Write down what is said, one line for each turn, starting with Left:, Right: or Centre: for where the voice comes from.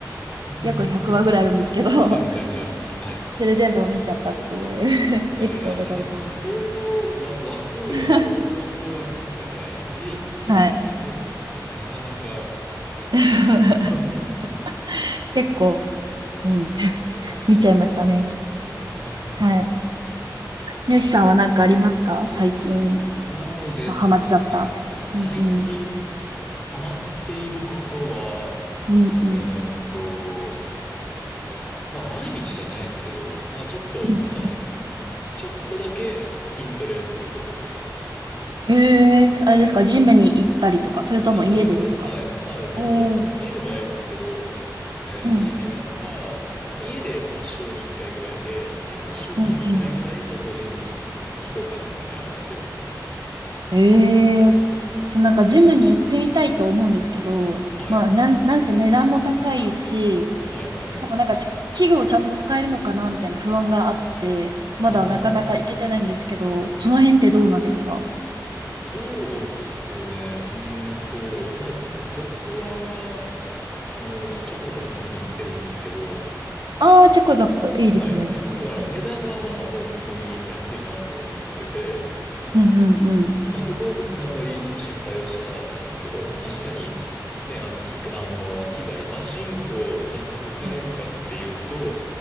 Left: <laughs>
Right: 約100話ぐらいあるんですけど、<laughs>
Left: はいはいはい。はい。
Right: それ全部を見ちゃったっていう <laughs>
Left: いやいや、
Right: エピソードがあります。
Left: あれも相当、わ、話数はもう相当ありますからね。
Right: <laughs>
Left: それ一気見ってなかなか。
Right: はい。<laughs>
Left: <laughs>
Right: 結構、うん、
Left: ええそ
Right: 見ちゃいましたね。
Left: う。うーん、
Right: はい。よしさんは何かありますか最近
Left: そうですね。
Right: ハマっちゃった。
Left: まあ、最近
Right: うんうん。
Left: ハマっていることは、
Right: うんうん。
Left: えーっと、まあ毎日じゃないですけど、まあちょっと、
Right: うんうん
Left: まあちょっとだけ筋トレすることですね。
Right: ええあれですか、
Left: はい。
Right: ジムに行ったりとか、それとも家でですか
Left: あ、そうです、そうです。はい。まあジム、
Right: おおー
Left: まあ家でもやりますけど、えーまあ家でやるか、
Right: うん、
Left: まあ家で、まあ週に1回ぐらいで、で、あと週に2回ぐらいちょっとジムに行こうかな、
Right: うん、うん。
Left: みたいな感じですね。
Right: ええそう、なんかジムに行ってみたいと思うんですけど、
Left: はい。
Right: まあ、なん、なんせ値段も高いし、
Left: はい、はい、
Right: しかもなんかち、
Left: はい。
Right: 器具をちゃんと使えるのかなみたいな不安があって、まだなかなか行けてないんですけど、
Left: ああ、
Right: その辺ってどうなんですか
Left: そうっすね。うーんと、まあ僕は、あの、チョコザップに行ってるんですけど、
Right: ああー、チェコザップ、いいですね。
Left: はいはい。まあだから値段はまあもう普通に安いなと思ってて、
Right: うんうんうんうん。
Left: あそこは別にあんまり心配をしてなかったんですけど、まあ確かにね、あの機、あの機材、マシンをちゃんと使えるかっていうと、
Right: うん